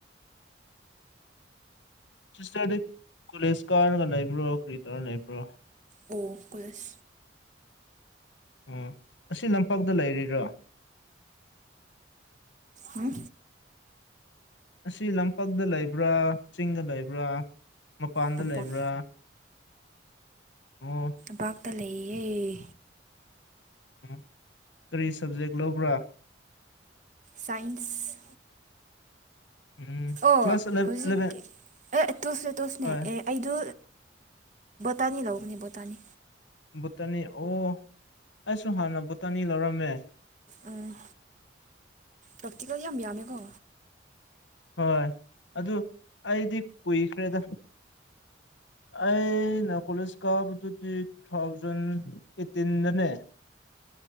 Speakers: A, on the left; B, on the right.
A: ꯁꯤꯁꯇꯔꯗꯤ ꯀꯣꯂꯦꯖ ꯀꯥꯔꯅꯒ ꯂꯩꯕ꯭ꯔꯣ ꯀ꯭ꯔꯤꯇꯔ ꯂꯩꯕ꯭ꯔꯣ
B: ꯑꯣ ꯁ
A: ꯎꯝ ꯑꯁꯤ ꯂꯝꯄꯥꯛꯇ ꯂꯩꯔꯤꯔꯣ
B: ꯑ
A: ꯑꯁꯤ ꯂꯝꯄꯥꯛꯇ ꯂꯩꯕ꯭ꯔꯥ ꯆꯤꯡꯗ ꯂꯩꯕ꯭ꯔꯥ ꯃꯄꯥꯟꯗ
B: ꯇꯝꯄꯥꯛ
A: ꯂꯩꯕ꯭ꯔꯥ ꯑꯣ
B: ꯄꯥꯇ ꯂꯩꯌꯦꯦ
A: ꯎ ꯀꯔꯤ ꯁꯕꯖꯦꯛ ꯂꯧꯕ꯭ꯔꯥ
B: ꯁꯥꯏꯟꯁ
A: ꯎꯝ
B: ꯑꯣ
A: ꯀ꯭ꯂꯥꯁ ꯑꯦꯂꯚꯦꯟ
B: ꯍꯧꯖꯤꯛꯀꯤ ꯑꯦ ꯇꯣꯁꯦ ꯇꯣꯁꯅꯦ
A: ꯍꯣꯏ
B: ꯑꯦ ꯑꯩꯗꯣ ꯇꯅꯤ ꯂꯧꯎꯅꯤ ꯕꯇꯥꯅꯤ
A: ꯚꯕꯨꯇꯥꯅꯤ ꯑꯣ ꯑꯩꯁꯨ ꯍꯥꯟꯅ ꯚꯕꯨꯇꯥꯅꯤ ꯂꯧꯔꯝꯃꯦ
B: ꯎꯝ ꯂꯥꯛꯇ ꯀ ꯌꯥꯝ ꯌꯥꯝꯃꯦꯀꯣ
A: ꯍꯣꯏ ꯑꯗꯨ ꯑꯩꯗꯤ ꯀꯨꯏꯈ꯭ꯔꯦꯗ ꯑꯩꯅ ꯀꯣꯂꯦꯖ ꯀꯥꯕꯗꯨꯗꯤ ꯇꯨ ꯊꯥꯎꯖꯟ ꯑꯦꯠꯇꯤꯟꯗꯅꯦ <inaudible>